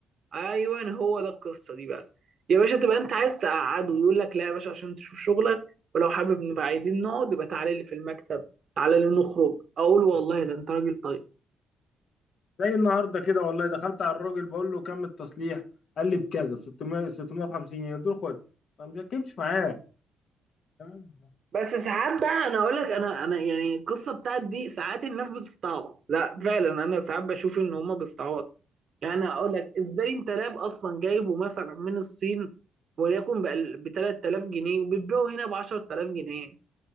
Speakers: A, on the right; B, on the left.
A: ايوه هو ده القصه دي بقى يا باشا تبقى انت عايز تقعده يقول لك لا يا باشا عشان تشوف شغلك ولو حابب نبقى عايزين نقعد يبقى تعالى لي في المكتب تعالى لي نخرج اقول والله ده انت راجل طيب
B: زي النهارده كده والله دخلت على الراجل بقول له كم التصليح قال لي بكذا ب 600 650 جنيه دول خد ما بتكلمش معاه تمام.
A: بس ساعات بقى انا اقول لك انا انا يعني القصه بتاعت دي ساعات الناس بتستعبط لا فعلا انا ساعات بشوف ان هما بيستعبطوا يعني اقول لك ازاي انت لاب اصلا جايبه مثلا من الصين وليكن ب 3000 جنيه وبتبيعه هنا ب 10000 جنيه